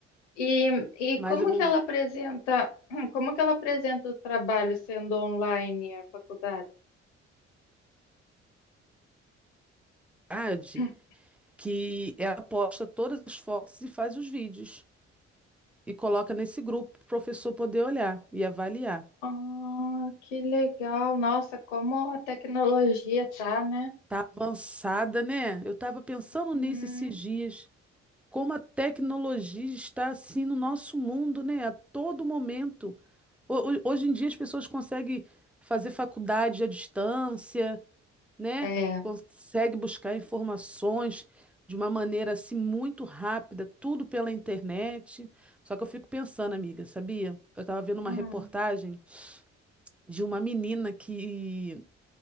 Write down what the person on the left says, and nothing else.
E, e
como
que ela apresenta, <clears throat> como que ela apresenta o trabalho sendo online a faculdade?
<clears throat>
Ah, que legal. Nossa, como a tecnologia tá, né?
Uhum.
É.
Hum,